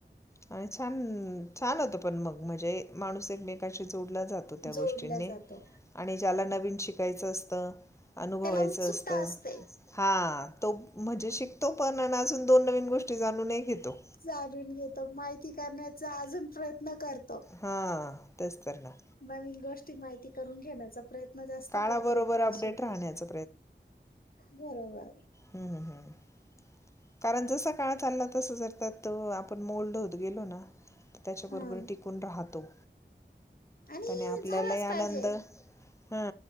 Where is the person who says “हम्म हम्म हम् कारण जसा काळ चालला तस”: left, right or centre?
Left